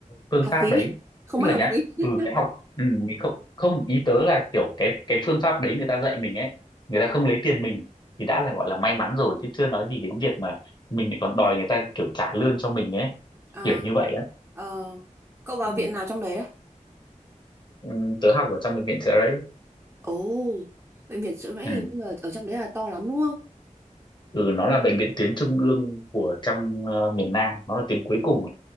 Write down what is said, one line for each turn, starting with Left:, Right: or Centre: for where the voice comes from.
Left: phương
Right: học
Left: pháp
Right: phí
Left: đấy
Right: không
Left: tức
Right: mất
Left: là
Right: học
Left: nhá
Right: phí
Left: ừ
Right: <laughs>
Left: cái học ừ, mình không không ý tớ là kiểu cái cái phương pháp đấy người ta dạy mình ấy người ta không lấy tiền mình thì đã là gọi là may mắn rồi chứ chưa nói gì đến việc mà mình lại còn đòi người ta kiểu trả lương cho mình ấy
Right: à,
Left: kiểu như vậy á
Right: ờ, cậu vào
Left: ừ.
Right: viện nào trong đấy đấy
Left: Ừ, tớ học ở trong bệnh viện chợ đấy
Right: ồ bệnh viện Trợ Rẫy
Left: ừ.
Right: hình như là ở trong đấy là to lắm đúng không
Left: ừ nó là bệnh viện tuyến trung ương của trong ờ, miền Nam nó là tuyến cuối cùng